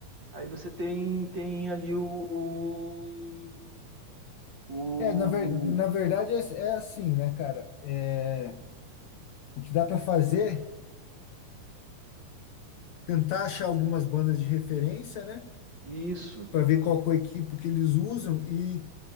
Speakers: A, on the right; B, on the left.
A: Aí você tem, tem ali o, o, o-
B: É, na, ver, na verdade é, é assim, né, cara? É, o que dá para fazer tentar achar algumas bandas de referência, né?
A: Isso,
B: Para ver qual que é o equipo que eles usam e,